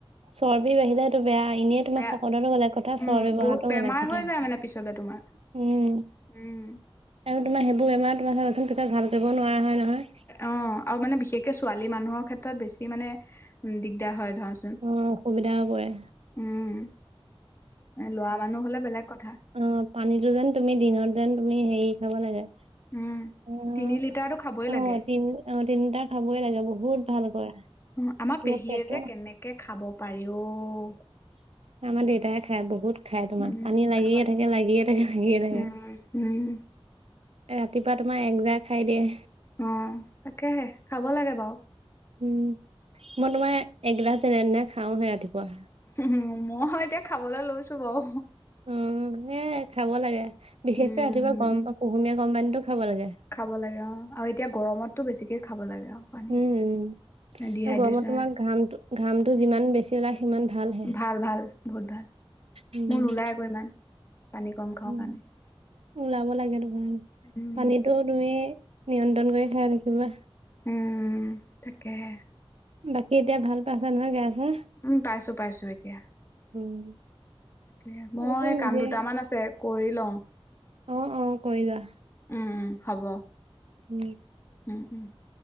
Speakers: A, on the right (about 80°); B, on the left (about 25°).
A: চৰ্বি বাহিলে তো বেয়া। এনেই তোমাৰ
B: বেয়া।
A: শকতটো বেলেগ কথা চৰ্বি
B: উম,
A: বঢ়াটো
B: বহুত
A: বেলেগ
B: বেমাৰ
A: কথা।
B: হৈ যায় মানে পিছলে তোমাৰ।
A: উম
B: উম।
A: আৰু তোমাৰ, সেইবোৰ বেমাৰ তোমাৰ ভাল কৰিব নোৱাৰা হয় নহয়।
B: অঁ আৰু মানে বিশেষকে ছোৱালী মানুহৰ ক্ষেত্ৰত বেছি মানে দিগদাৰ হয় ধৰ।
A: অঁ, অসুবিধাও পৰে।
B: উম, ল'ৰা মানুহ হ'লে বেলেগ কথা।
A: অঁ, পানীতটো যেন তুমি দিনত যেন তুমি হেৰি খাব লাগে।
B: উম
A: অঁ,
B: তিনি লিটাৰটো খাবই
A: অঁ,
B: লাগে
A: তিনি অঁ, তিনি লিটাৰ খাব লাগে বহুত ভাল কৰে।
B: অঁ, আমাৰ
A: তোমাৰ
B: পেহীয়ে
A: পেটৰ
B: যে কেনেকে খাব পাৰে অওঁ।
A: আমাৰ দেউতাই খায়, বহুত খাই তোমাৰ
B: উম
A: পানী লাগিয়ে
B: খাব লাগে
A: থাকে, লাগিয়ে থাকে, লাগিয়ে থাকে।
B: উম, উম।
A: ৰাতিপুৱা তোমাৰ একজাৰ খাই দিয়ে।
B: অঁ, তাকেহে খাব লাগে বাৰু।
A: উম, মই তোমাৰ এগিলাছ যেনেতেনে খাওঁহে ৰাতিপুৱা।
B: উম, মই এতিয়া খাবলৈ লৈছো বাৰু।
A: উম, সেয়াই খাব লাগে। বিশেষকে
B: উম
A: ৰাতিপুৱা গৰম প কুহুমীয়া গৰম পানীতো খাব লাগে।
B: খাব লাগে অঁ, আৰু এতিয়া গৰমতটো বেছিকে খাব লাগে আৰু পানী।
A: উম, উম।
B: ডিহাইড্ৰেচন
A: গৰমত তোমাৰ
B: হৈছে,
A: ঘামটো ঘামটো যিমান বেছি ওলাই সিমান ভালহে।
B: ভাল, ভাল বহুত ভাল।
A: উম,
B: মোৰ নোলাই আকৌ ইমান, পানী কম খাওঁ
A: উম।
B: কাৰণে।
A: ওলাব লাগে তোমাৰ।
B: উম।
A: পানীতটো তুমি নিয়ন্ত্ৰণ কৰি খাই থাকিবা।
B: উম, তাকেহে।
A: বাকী এতিয়া ভাল পাইছা নহয় গা- চা?
B: উম, পাইছো পাইছো এতিয়া।
A: উম,
B: তাকে মই
A: এইটো নিজে
B: কাম দুটামান আছে- কৰি লওঁ।
A: অঁ, অঁ, কৰি লোৱা।
B: উম, হ'ব।
A: <unintelligible>
B: <unintelligible>